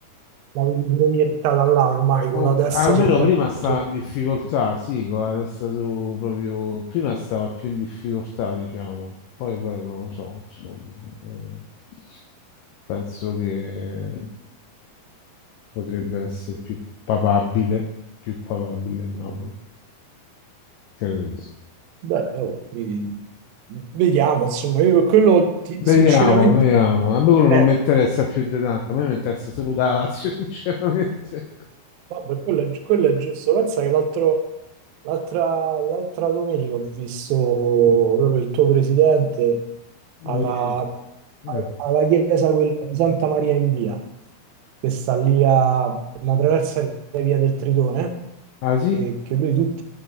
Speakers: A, on the right; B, on the left.
A: l'avevi proiettata là ormai con
B: Oh,
A: la testa
B: almeno
A: sul Paris
B: prima stava
A: Saint-Germain.
B: in difficoltà, sì, con la testa su proprio, prima stava più in difficoltà, diciamo, poi, poi non lo so, insomma, Eh, penso che potrebbe essere più papabile, più papabile il Napoli, credo di sì.
A: Beh, oh, i- vediamo, insomma, io per quello ti- sinceramente
B: Vediamo, vediamo, a me quello
A: eh,
B: non mi interessa più di tanto, a me mi interessa solo da Lazio, <laughs> sinceramente.
A: Vabbè, quello è, gi- quello è giusto. Pensa che l'altro, l'altra l'altra domenica ho visto proprio il tuo presidente
B: Lo
A: alla,
B: dico. Eh.
A: alla chiesa quella di Santa Maria in Via, che sta lì a una traversa di via del Tritone,
B: Ah sì?
A: che, che lui tutti-